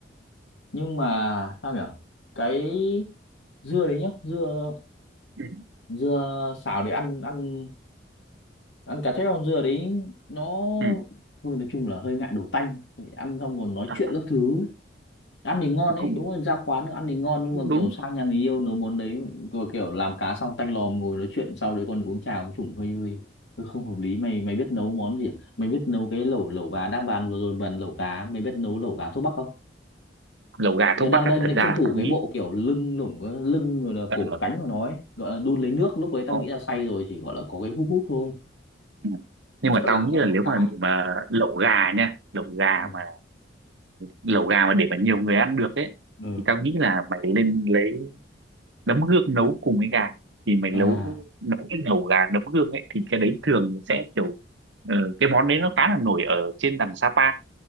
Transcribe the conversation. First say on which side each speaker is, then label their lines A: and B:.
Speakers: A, on the left; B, on the right.
A: nhưng mà sao nhỉ cái dưa đấy nhá dưa
B: ừ.
A: dưa xào để ăn ăn ăn cá chép không dưa đấy nó
B: Ừ.
A: thôi nói chung là hơi ngại đổ tanh Phải ăn xong còn nói
B: À,
A: chuyện các thứ ăn thì ngon
B: thì
A: đấy
B: cũng
A: đúng là ra quán ăn thì ngon nhưng
B: cũng
A: mà
B: đúng
A: kiểu sang nhà người yêu nấu món đấy vừa kiểu làm cá xong tanh lòm ngồi nói chuyện sau đấy còn uống trà uống chủng hơi hơi hơi không hợp lý mày mày biết nấu món gì à? mày biết nấu cái lẩu lẩu gà đang bàn vừa rồi bàn lẩu gà mày biết nấu lẩu gà thuốc bắc không
B: lẩu gà
A: Giờ
B: thuốc
A: đang
B: bắc á,
A: đang
B: thật
A: định
B: ra
A: tranh
B: là
A: thủ
B: tao
A: cái
B: nghĩ
A: bộ kiểu lưng lủng cái lưng rồi là
B: ờ,
A: cổ cánh của nó ấy. gọi là đun lấy nước lúc đấy tao
B: có-
A: nghĩ là say rồi chỉ gọi là có cái húp húp thôi
B: ừ. nhưng
A: sợ
B: mà tao
A: làm
B: nghĩ
A: con
B: là
A: con
B: nếu
A: cá
B: mà để mà lẩu gà nha lẩu gà
A: ừ.
B: mà lẩu gà mà để mà nhiều người ăn được ấy
A: ừ
B: thì tao nghĩ là mày lên lấy nấm hương nấu cùng với gà thì mày
A: à
B: nấu nấu cái lẩu gà nấm hương ấy thì cái đấy thường sẽ kiểu ờ, cái món đấy nó khá là nổi ở trên đằng Sapa